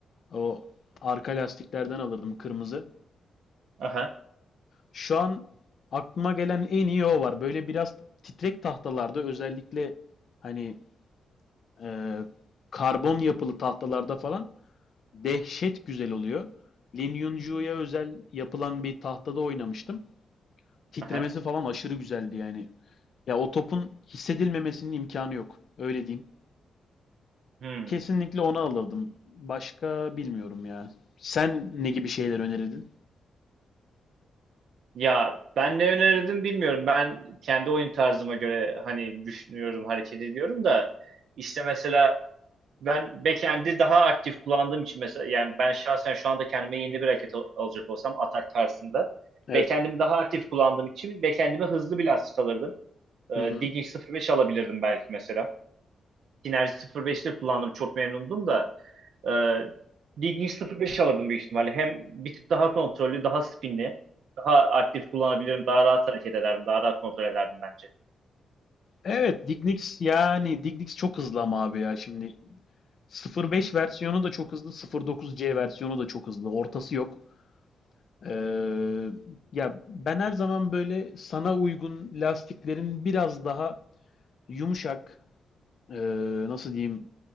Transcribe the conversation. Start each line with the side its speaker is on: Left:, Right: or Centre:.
Left: o arka lastiklerden alırdım kırmızı.
Right: Aha.
Left: Şu an aklıma gelen en iyi o var. Böyle biraz titrek tahtalarda özellikle hani e, karbon yapılı tahtalarda falan dehşet güzel oluyor. Lin Yunju'ya özel yapılan bir tahtada oynamıştım. Titremesi
Right: Aha.
Left: falan aşırı güzeldi yani. Ya o topun hissedilmemesinin imkanı yok. Öyle diyeyim.
Right: Hmm.
Left: Kesinlikle onu alırdım. Başka bilmiyorum ya. Sen ne gibi şeyler önerirdin?
Right: Ya ben ne önerirdim bilmiyorum. Ben kendi oyun tarzıma göre hani düşünüyorum, hareket ediyorum da işte mesela ben backend'i daha aktif kullandığım için mesela yani ben şahsen şu anda kendime yeni bir hareket al- alacak olsam atak tarzında
Left: Evet.
Right: backend'imi daha aktif kullandığım için backend'ime hızlı bir lastik alırdım.
Left: Hı
Right: Ee,
Left: hı.
Right: Digging 05 alabilirdim belki mesela. Synergy 05'te kullandım çok memnundum da Ee, Diggs 0.5 alırdım büyük ihtimalle. Hem bir tık daha kontrollü, daha spinli, daha aktif kullanabilirim, daha rahat hareket ederdim, daha rahat kontrol ederdim bence.
Left: Evet, Dignics yani Dignics çok hızlı ama abi ya şimdi 0.5 versiyonu da çok hızlı, 0.9C versiyonu da çok hızlı. Ortası yok. Ee, ya ben her zaman böyle sana uygun lastiklerin biraz daha yumuşak, ee, nasıl diyeyim,